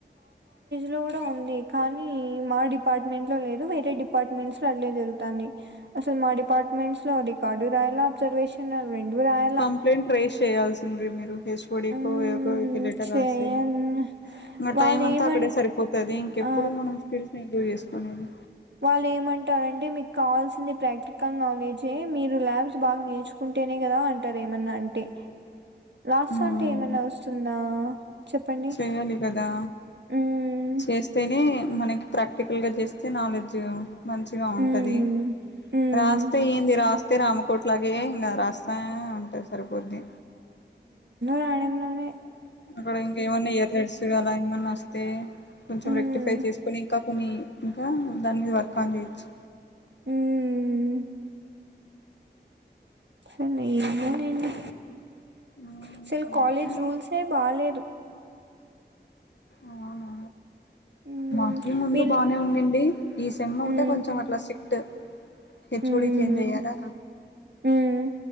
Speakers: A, on the right; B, on the left.
A: లో కూడా ఉంది కానీ మా డిపార్ట్మెంట్ లో లేదు వేరే డిపార్ట్మెంట్స్ లో అలే జరుగుతాంది అసలు మా డిపార్ట్మెంట్స్ లో రికార్డు రాయాల అబ్జర్వేషన్ రెండు రాయల్ల
B: కంప్లైంట్ రేస్ చేయాల్సింది మీరు హెచ్ ఓడీకో
A: మ్మ్
B: ఎవరికో ఒకరికి లెటర్
A: చేయన్
B: రాసి ఇంగ
A: వాళ్ళు
B: టైం అంతా
A: ఏమం
B: అక్కడే సరిపోతది ఇంకెప్పుడు
A: ఆ
B: మనం స్కిల్స్ ఇంప్రూవ్ చేసుకునేది
A: వాళ్ళు ఏమంటారంటే మీకు కావాల్సింది ప్రాక్టికల్ నాలెడ్జే మీరు ల్యాబ్స్ బాగా నేర్చుకున్ టేనే కదా అంటారు ఏమన్నా అంటే రాస్తాంటే
B: మ్మ్
A: ఏమన్నా వస్తుందా చెప్పండి
B: చేయాలి కదా
A: మ్మ్
B: చేస్తేనే మనకి ప్రాక్టికల్ గా చేస్తే నాలెడ్జ్ మంచిగా
A: మ్మ్
B: ఉంటది
A: మ్మ్
B: రాస్త ఏంది రాస్ తే రామకోటి లాగే ఇంగ రాస్తానే ఉంటే సరిపోద్ది
A: రాయడం లోనే
B: అక్కడ ఇంకా ఏమన్నా ఎర్రర్స్ అలా ఏమన్నా వస్తే కొంచెం
A: ఉమ్
B: రెక్టిఫై చేసుకొని ఇంకా కొని ఇంకా దాని మీద వర్క్ అన్ చేయొచ్చు
A: మ్మ్ సరే ఏందోలేండి
B: మ్మ్
A: అసలు
B: అంతే
A: కాలేజ్ రూల్సే బాలేదు
B: అవునా
A: ఉమ్
B: మాకి ముందు
A: వీళ్ళు
B: బానే ఉన్నింది ఈ సెమ్ ఒకటే
A: ఉమ్
B: కొంచెం అట్లా సిక్ట్ హెచ్
A: ఉమ్
B: వో డి చేేంజ్ అయ్యారా
A: ఉమ్